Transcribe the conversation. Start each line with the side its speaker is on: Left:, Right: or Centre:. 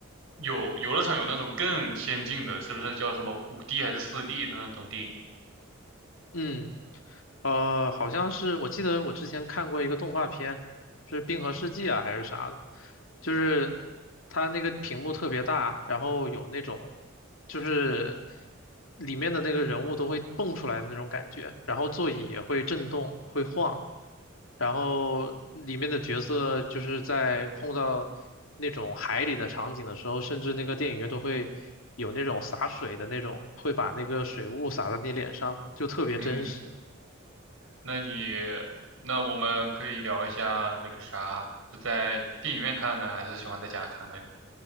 Right: 有游乐场有那种更先进的，是不是叫什么五 d 还是四 d 的那种电影？
Left: 嗯，呃，好像是我记得我之前看过一个动画片，是《冰河世纪》啊还是啥的，就是它那个屏幕特别大，然后有那种就是里面的那个人物都会蹦出来的那种感觉，然后座椅也会震动，会晃，然后里面的角色就是在碰到那种海里的场景的时候，甚至那个电影院都会有那种洒水的那种，会把那个水雾洒到你脸上，就特别真实。
Right: 嗯。那你，那我们可以聊一下那个啥，是在电影院看呢，还是喜欢在家看呢？你？